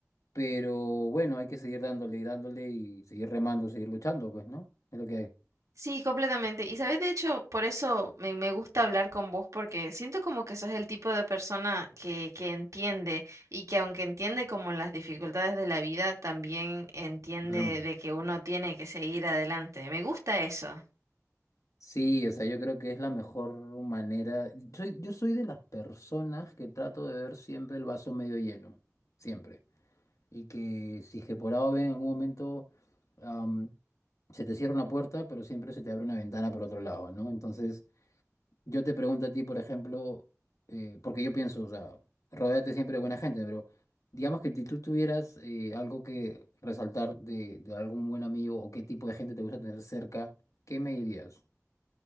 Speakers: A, on the left; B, on the right.
A: pero bueno, hay que seguir dándole y dándole y seguir remando, seguir luchando, pues, ¿no? Es lo que hay.
B: Sí, completamente. Y sabes, de hecho, por eso me, me gusta hablar con vos, porque siento como que sos el tipo de persona que, que entiende y que aunque entiende como las dificultades de la vida, también entiende
A: Caramba.
B: de que uno tiene que seguir adelante. Me gusta eso.
A: Sí, o sea, yo creo que es la mejor manera. Soy- yo soy de las personas que trato de ver siempre el vaso medio lleno, siempre. y que si es que por A o B en algún momento am, se te cierra una puerta, pero siempre se te abre una ventana por otro lado, ¿no? Entonces, yo te pregunto a ti, por ejemplo, eh, porque yo pienso, o sea, rodéate siempre de buena gente, pero digamos que si tú tuvieras eh, algo que resaltar de, de algún buen amigo o qué tipo de gente te gusta tener cerca, ¿qué me dirías?